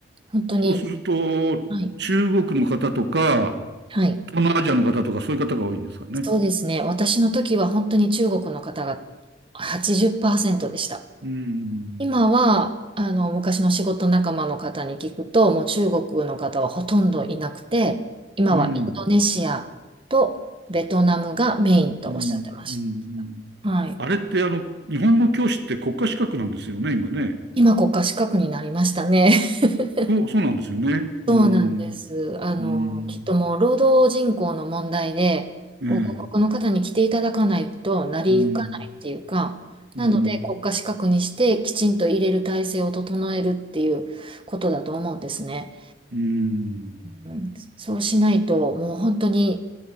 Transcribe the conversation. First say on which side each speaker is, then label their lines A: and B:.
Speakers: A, on the right; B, on the right.
A: 本当に、
B: そうすると、
A: はい、
B: 中国の方とか、
A: はい、
B: 東南アジアの方とか、そういう方が多いんですかね。
A: そうですね。私の時は本当に中国の方が80%でした。
B: うん、
A: 今は、あの、昔の仕事仲間の方に聞くと、もう中国の方はほとんどいなくて、今はインドネシアとベトナムがメインとおっしゃってまし
B: うん、うん、うん、うん。うん
A: た。はい。
B: あれってあの、日本の教師って国家資格なんですよね、今ね。
A: 今国家資格になりましたね。<laughs>
B: そう、そうなんですよね。
A: そうなんです。
B: うーん。
A: あの、
B: うーん。
A: きっともう労働人口の問題で、
B: ええ。
A: こう外国の方に来ていただかないと成り行かないっていうか、
B: うーん。うーん。
A: なので国家資格にしてきちんと入れる体制を整えるっていうことだと思うんですね。
B: うーん。
A: うん、そうしないと、もう本当に、